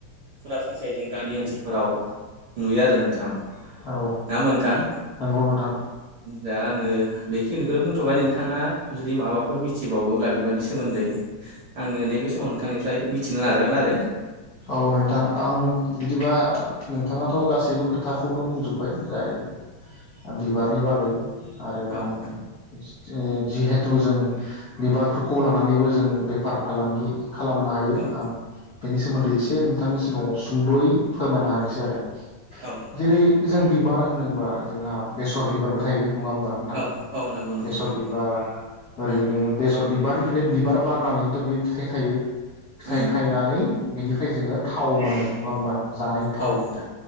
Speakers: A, on the right (about 65°); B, on the left (about 60°).
A: सरासनस्रायै जों गामि ओनसोलफोराव नुयो आरो नोंथां नङा
B: औ
A: होमबा नोंथां
B: नंगौ नोंथां
A: दा आङो बेखिनिखौनो बुंथ'बाय नोंथाङा जुदि माबाफोर मिथिबावोब्ला बिबारनि सोमोन्दै आङो नैबे समाव नोंथांनिफ्राय मिथिनो नाजागोन आरो
B: औ नोंथां आं बिदिबा नोंथाङाथ' गासैबो खोथाखौनो बुं जोब्बाय जाय बिबारनि बागै आरो
A: औ
B: आं
A: नोंथां
B: ए जिहेथु जों बिबारफोरखौ लानानैबो जों बेफार फालांगि खालामनो हायो
A: औ
B: आं बेनि सोमोन्दै एसे बे थांनि सिगाङाव सुंद'यै फोरमायना होनोसै आरो
A: औ
B: जेरै जों बिबार होनोबा जोंहा बेसर बिबारबो थायो। नङा होमबा नोंथां
A: औ औ नंगौ नंगौ
B: बेसर
A: नंगौ नोंथां
B: बिबार ओरैनो
A: उम
B: बेसर बिबारनिफ्रायनो बिबार बारनानैनोथ' बेयो फिथाइ थायो। फिथाइ
A: उम
B: थायनानै बिनिफ्राय जोङो थाव मोनो नङा होमबा? जानाय थाव
A: औ नोंथां